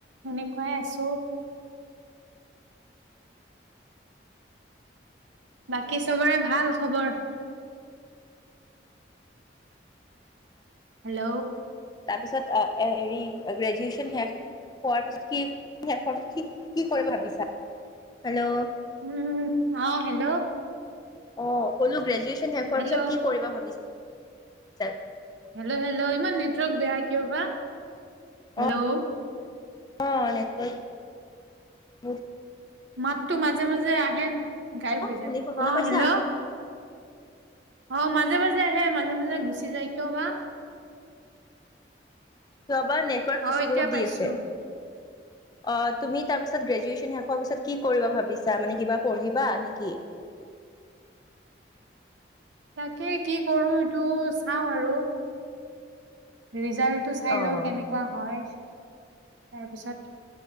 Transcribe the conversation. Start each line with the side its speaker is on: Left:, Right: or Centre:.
Right: এনেকুৱাই আছো। বাকী চবৰে ভাল খবৰ। হেল্ল।
Left: তাৰপিছত অ, এ হেৰি গ্ৰেজুৱেচন শেষ হোৱাৰ পিছত কি শেষ হোৱাৰ পিছত কি, কি কৰিব ভাবিছা। হেল্ল'
Right: উম অ 'হেল্ল'
Left: অ', পলু গ্ৰেজুৱেচ শেষ হোৱাৰ
Right: হেল্ল'
Left: পিছত কি কৰিব ভাবিছা। চ,
Right: হেল্ল'‌, হেল্ল। ইমান নেটৱৰ্ক বেয়া কিয় বা <inaudible> হেল্লো
Left: অ',
Right: <inaudible>
Left: অ 'নেতৰ্ক <inaudible>
Right: মাততটো মাজে -মাজে আহে গাই
Left: শুনি শুনা
Right: অ'
Left: পাইছা?
Right: হেল্ল' অ' মাজে -মাজে আহে মাজে -মাজে গুচি যায় কিয় বা
Left: কিয়বা নেটৱৰ্ক
Right: অ
Left: ইছ্যু
Right: এতিয়া
Left: বহুত
Right: পাইছো
Left: দি আছে। অ' তুমি তাৰ পিছ গ্ৰেজুৱেচন শেষ হোৱাৰ পিছত কি কৰিবা ভাবিছা মানে কিবা পঢ়িবা নেকি?
Right: তাকে কি কৰো এইটো চাওঁ আৰু ৰিজ ৰিজাল্টো চাই
Left: অ',
Right: লও কেনেকুৱা হয় <inaudible> তাৰপিছত